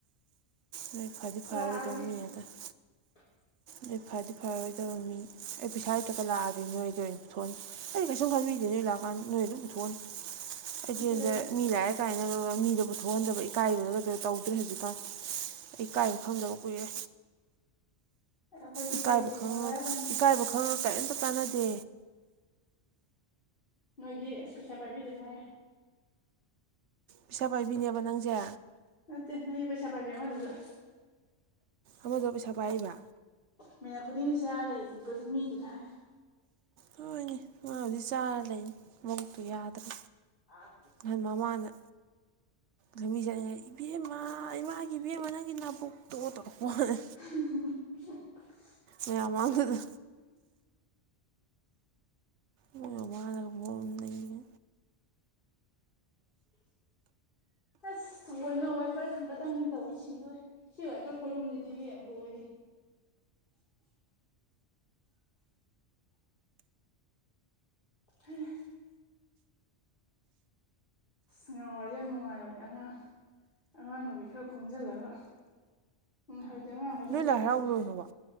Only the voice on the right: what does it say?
ꯅꯣꯏ ꯐꯗꯤ ꯐꯥꯔꯔꯣꯏꯗꯕ
ꯃꯤ ꯉꯥꯛꯇꯅꯤ꯫
ꯅꯣꯏ ꯐꯗꯤ ꯐꯔꯔꯣꯏꯗꯕ ꯃꯤ ꯑꯩ ꯄꯩꯁꯥ ꯂꯩꯇꯒꯟ ꯂꯥꯛꯑꯗꯤ ꯅꯣꯏꯗ ꯑꯣꯏꯅ ꯄꯨꯊꯣꯛꯍꯟ ꯑꯩ ꯀꯩꯁꯨꯝ ꯈꯪꯕꯤꯗꯦ ꯅꯣꯏ ꯂꯥꯛꯑꯀꯥꯟꯗ ꯅꯣꯏ ꯑꯗꯨꯝ ꯄꯨꯠꯊꯣꯛꯍꯟꯅꯤ꯫
ꯑꯩꯗꯤ ꯍꯟꯗꯛ
ꯃꯤ ꯂꯥꯑꯦꯀꯥꯏꯅꯒ ꯃꯤꯗ ꯄꯨꯊꯣꯛꯍꯟꯗꯕ ꯏꯀꯥꯏꯕꯗꯨꯒ ꯇꯧꯗ꯭ꯔꯦ ꯍꯧꯖꯤꯛꯀꯥꯟ꯫ ꯑꯩ ꯏꯀꯥꯏꯕ ꯈꯪꯗꯕ ꯀꯨꯏꯔꯦ꯫
ꯏꯀꯥꯏꯕ
ꯈꯪꯉꯥ
ꯏꯀꯥꯏꯕ ꯈꯪꯉꯒ ꯀꯔꯤꯝꯇ ꯀꯥꯟꯅꯗꯦ꯫
ꯄꯤꯁꯥ ꯄꯥꯏꯕꯤꯅꯦꯕ ꯅꯪꯖꯦ꯫
ꯑꯃꯗꯣ ꯄꯩꯁꯥ ꯄꯥꯏꯔꯤꯕ꯫
ꯍꯣꯏꯅꯦ ꯃꯥꯕꯨꯗꯤ ꯆꯥꯔꯗ ꯂꯩꯅꯤ ꯃꯕꯨꯣꯛꯛꯇꯨ ꯌꯥꯗ꯭ꯔꯦ꯫
ꯅꯍꯥꯟ ꯃꯃꯥꯅ꯫ ꯂꯝꯕꯤ ꯆꯠꯂꯤꯉꯩꯗ ꯏꯕꯦꯝꯃ ꯏꯃꯥꯒꯤ ꯏꯕꯦꯝꯃ ꯅꯪꯒꯤ ꯅꯥꯕꯨꯛꯇꯣ ꯇꯧꯔꯛꯄꯣꯋꯥꯅꯤ꯫
ꯃꯌꯥꯝ ꯃꯥꯡꯗꯨꯗ꯫ ꯃꯣꯏ ꯃꯃꯥꯅꯒ ꯃꯔꯣꯟ ꯑꯃ ꯅꯩꯕꯅꯦ꯫
ꯅꯣꯏ
ꯂꯥꯏ
ꯍꯔꯥꯎꯕ ꯂꯣꯏꯈ꯭ꯔꯕꯣ